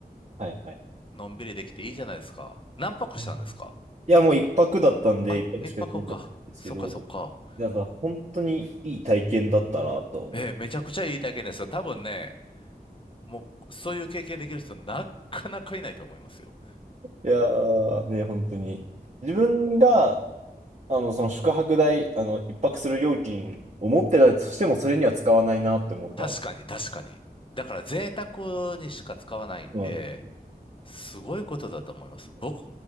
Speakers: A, on the right; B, on the left.
A: はいはい。
B: のんびりできていいじゃないですか。何泊したんですか
A: いや、いやもう一泊だったんで、
B: あ、
A: 一泊しか行ってなかったんですけど、
B: 一泊か。そっかそっか。
A: だから本当にいい体験だったなと思う。
B: ええ、めちゃくちゃいい体験ですよ。多分ね、もう、そういう経験できる人、なかなかいないと思いますよ。
A: いやーね、本当に。自分があの、その宿泊代、あの、一泊する料金を持ってたとしても、それには使わないなって思ったん。
B: 確かに、確かに。だから、贅沢にしか使わないんで、
A: そうなんですよ。
B: すごいことだと思います。僕、